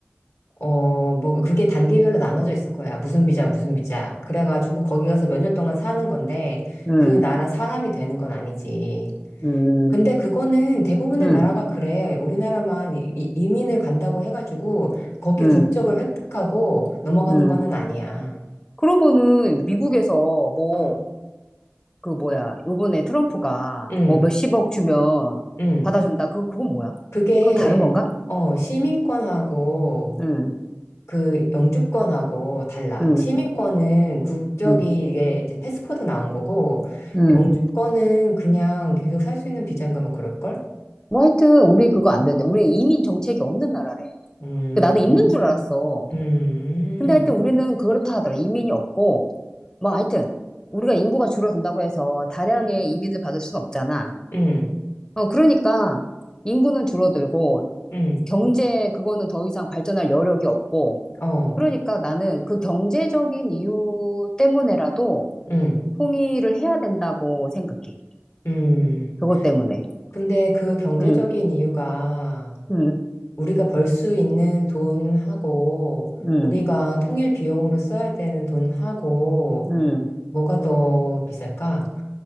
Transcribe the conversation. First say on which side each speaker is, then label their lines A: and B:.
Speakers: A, on the left (about 75°); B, on the left (about 15°).
A: 어 뭐 그게 단계별로 나눠져 있을 거야. 무슨 비자 무슨 비자. 그래가지고 거기 가서 몇 년 동안 사는 건데
B: 응,
A: 그 나라 사람이 되는 건 아니지.
B: 응,
A: 근데 그거는 대부분의
B: 응,
A: 나라가 그래. 우리나라만 이, 이- 이민을 간다고 해가지고 거기
B: 응,
A: 국적을 획득하고 넘어가는
B: 응.
A: 거는 아니야.
B: 그러면은 미국에서 뭐,
A: 어,
B: 그 뭐야, 요번에 트럼프가
A: 응
B: 뭐 몇십억 주면
A: 응
B: 받아준다. 그, 그건 뭐야?
A: 그게,
B: 그거 다른 건가?
A: 어, 시민권하고
B: 응,
A: 그 영주권하고 달라.
B: 응,
A: 시민권은 국적이
B: 응,
A: 이게 이제 패스포드 나온 거고,
B: 응.
A: 영주권은 그냥 계속 살 수 있는 비자인가 뭐 그럴걸?
B: 뭐 하여튼 우리 그거
A: 어.
B: 안 되는데. 우리 이민 정책이 없는 나라래.
A: 음,
B: 그 나는 있는 줄 알았어.
A: 음,
B: 근데 하여튼 우리는 그렇다 하더라. 이민이 없고, 뭐 하여튼, 우리가 인구가 줄어든다고 해서 다량의
A: 음,
B: 이민을 받을 순 없잖아.
A: 음,
B: 어, 그러니까 인구는 줄어들고,
A: 음,
B: 경제 그거는 더 이상 발전할 여력이 없고,
A: 어,
B: 그러니까 나는 그 경제적인 이유 때문에라도
A: 음,
B: 통일을 해야 된다고 생각해.
A: 음.
B: 그것 때문에.
A: 근데 그 경제적인
B: 음,
A: 이유가
B: 음,
A: 우리가 벌 수 있는 돈하고
B: 음,
A: 우리가 통일 비용으로 써야 되는 돈하고
B: 음.
A: 뭐가 더 비쌀까?